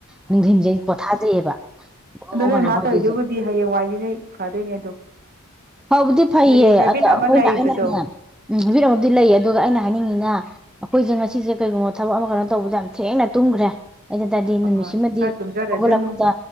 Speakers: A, in the centre; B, on the right.
A: ꯅꯨꯡꯊꯤꯟꯁꯦ ꯑꯩ ꯄꯣꯊꯥꯖꯩꯑꯕ ꯒꯣ
B: ꯑ ꯅꯣꯏ
A: ꯒꯣ ꯅꯥꯀꯣꯡꯁꯦ
B: ꯃꯥꯥ ꯇꯧꯔꯤꯗꯨꯕꯨꯗꯤ ꯍꯌꯦꯡ ꯋꯥꯏꯗꯤ ꯅꯣꯏ ꯐꯗꯣꯏꯅꯦ ꯑꯗꯣ
A: ꯍꯕꯨꯗꯤ ꯐꯩꯌꯦ
B: ꯅꯣꯏꯗꯤ ꯍꯦꯕꯤꯠ
A: ꯑꯗꯣ ꯑꯩꯈꯣꯏꯅ
B: ꯑꯃ ꯂꯩꯕꯗꯣ
A: ꯑꯩꯅ ꯎꯝ ꯍꯥꯏꯕꯤꯔꯝꯃꯕꯨꯗꯤ ꯂꯩ ꯑꯗꯨꯒ ꯑꯩꯅ ꯍꯥꯏꯅꯤꯡꯉꯤꯅ ꯑꯩꯈꯣꯏꯁꯦ ꯉꯁꯤꯁꯦ ꯀꯩꯒꯨꯝꯕ ꯊꯕꯛ ꯑꯃ ꯀꯩꯅꯣ ꯇꯧꯕꯗ ꯌꯥꯝ ꯊꯦꯡꯅ ꯇꯨꯝꯈ꯭ꯔꯦ ꯑꯗꯨꯗ ꯇꯗꯤ ꯅꯨꯃꯤꯠꯁꯤꯃꯗꯤ
B: ꯍꯣꯏ ꯍꯣꯏ ꯈꯔ ꯇꯨꯝꯖꯔꯖꯅꯨ
A: ꯍꯧꯒꯠꯂꯛꯄꯗ